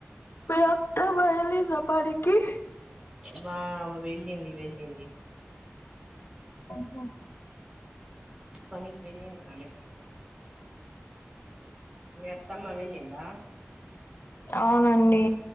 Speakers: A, on the left; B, on the right.
A: మా అత్తమ్మ వెళ్లిందా పనికి
B: మా వెళ్ళింది వెళ్ళింది
A: ఆహా
B: పనికి వెళ్ళిందామె మీ అత్తమ్మ వెళ్లిందా
A: అవునండి